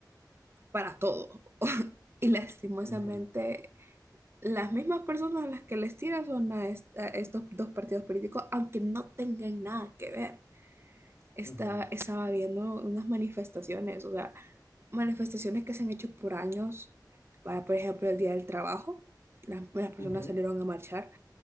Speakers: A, on the right (about 35°); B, on the left (about 90°).
A: para todo. Y lastimosamente,
B: Ujú,
A: las mismas personas a las que les tiran son a, est- a estos dos partidos políticos, aunque no tengan nada que ver. Estaba,
B: ujú.
A: estaba viendo unas manifestaciones, o sea, manifestaciones que se han hecho por años, para, por ejemplo, el Día del Trabajo. Las, las personas
B: ujú.
A: salieron a marchar